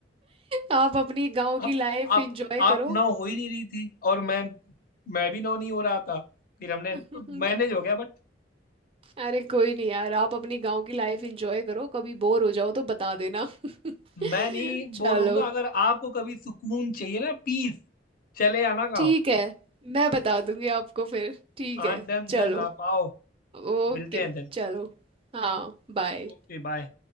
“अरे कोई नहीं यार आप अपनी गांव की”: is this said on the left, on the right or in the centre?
Right